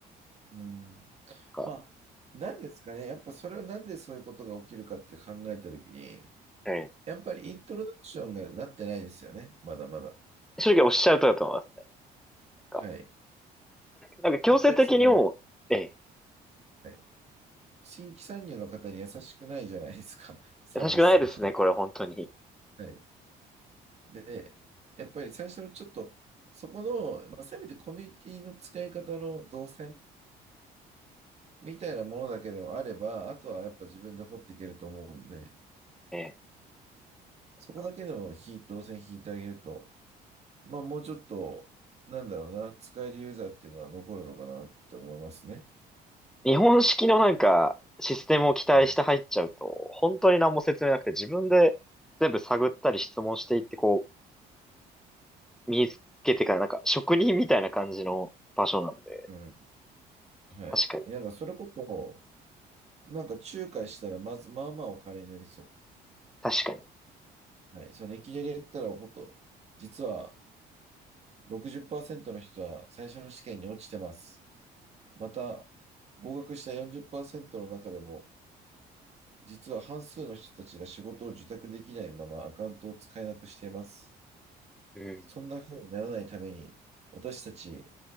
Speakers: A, on the right; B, in the centre.
A: うん。
B: なんか、
A: まあ、なんですかね。やっぱそれはなんでそういうことが起きるかって考えたときに、
B: うん。
A: やっぱりイントロダクションがなってないですよね。まだまだ。
B: 正直おっしゃる通りだと思いますね。なんか、
A: はい。
B: なんか強制的にもう、
A: やっぱりその、
B: ええ、
A: はい、新規参入の方に優しくないじゃないですか。<laughs> サービスが。
B: 優しくないですね、これ本当に。
A: はい。で、やっぱり最初のちょっと、そこの、まあ、せめてコミュニティの使い方の動線みたいなものだけでもあれば、あとはやっぱ自分で掘っていけると思うので、
B: ええ、なんか
A: そこだけでも動線引いてあげると、まあもうちょっと、なんだろうな、使えるユーザーっていうのは残るのかなって思いますね。
B: 日本式のなんか、システムを期待して入っちゃうと、
A: うん。
B: 本当に何も説明なくて自分で全部探ったり質問していって、こう、身につけてからなんか職人みたいな感じの場所なんで、
A: うんはい。
B: 確かに、
A: なんかそれこそ、なんか仲介したらまず、まあまあお金になりそ
B: 確かに。
A: う。はい。そのいきなりやったら、ほんと、実は60%の人は最初の試験に落ちてます。また、合格した40%の中でも、実は半数の人たちが仕事を受託できないままアカウントを使えなくしています。
B: うん。
A: そんな風にならないために、私たち